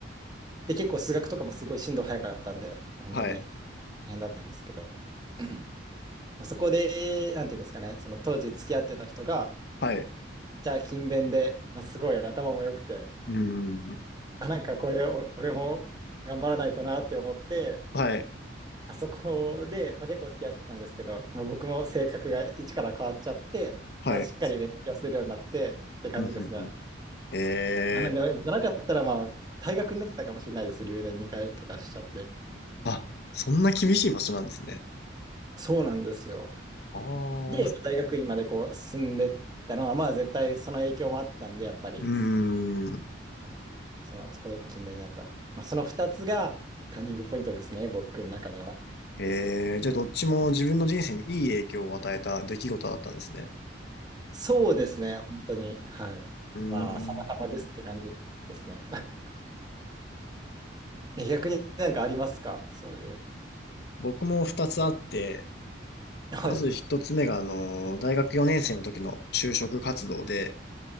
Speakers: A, on the right; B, on the left.
A: で、結構数学とかもすごい進度早かったんで、本当に
B: はい。
A: 大変だったんですけど、まあ、そこで、なんていうんですかね、その当時付き合ってた人が、
B: はい。
A: めっちゃ勤勉で、まあ、すごい頭も良くて、
B: うーん。
A: あ、なんかこれを、俺も頑張らないとなって思って、
B: はい。
A: まあそこで、まあ、結構付き合ってたんですけど、もう僕も性格が一から変わっちゃって、
B: はい。
A: まあ、しっかり勉強するようになってって感じですね。
B: うんふんふんええ
A: まあ、なんで、じゃなかったら、まあ、退学になってたかもしれないです。留年2回とかしちゃって。
B: あ、そんな厳しい場所なんですね。
A: そうなんですよ。
B: は
A: で、
B: あ。
A: 大学院までこう進んでったのは、まあ、絶対その影響もあったんで、やっぱり、
B: うーん。
A: はい、その、そこで勤勉になった。まあ、その2つがターニングポイントですね、僕の中では。
B: ええじゃあどっちも自分の人生にいい影響を与えた出来事だったんですね。
A: そうですね、本当に。はい。
B: うーん。
A: まあ、様々ですって感じですね。<laughs> え逆になんかありますかそういう。
B: 僕も二つあって、
A: はい、
B: まず一つ目が、あの、大学4年生の時の就職活動で、